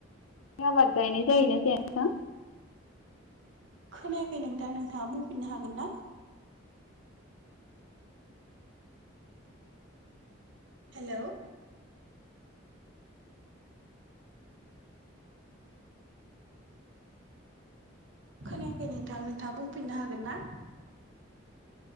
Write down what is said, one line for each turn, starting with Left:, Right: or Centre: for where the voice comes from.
Left: आबाद गायनाय जायोना जाया नोंथां
Right: खोनायाखै नोंथां नोंथाङा बुंफिननो हागोन ना हेलौ खोनायाखै नोंथां नोंथाङा बुंफिननो हागोन ना